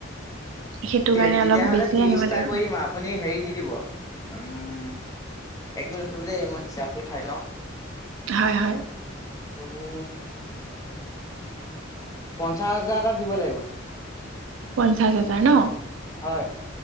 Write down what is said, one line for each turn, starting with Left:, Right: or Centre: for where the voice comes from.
Right: সেইটো
Left: তে
Right: কাৰণে
Left: তেতিয়াহলে
Right: অলপ বেছি
Left: ত্ৰিছটা
Right: আনিব লাগিব
Left: কৰি দিম, আপুনি হেৰি দি দিব। উম! একমিনিট ৰখিব দেই মই হিচাপটো চাই লওঁ।
Right: হয় হয়।
Left: আপুনি পঞ্চাছ হাজাৰ এটা দিব লাগিব।
Right: পঞ্চাছ হাজাৰ ন।
Left: হয়।